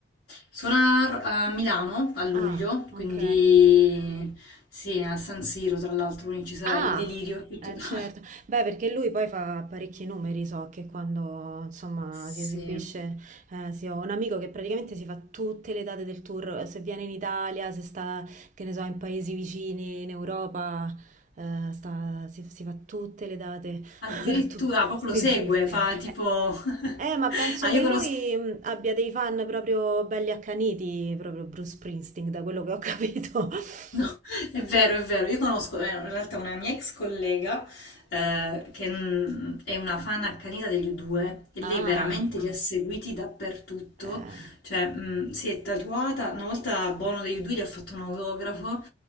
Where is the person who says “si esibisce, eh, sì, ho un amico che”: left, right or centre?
Right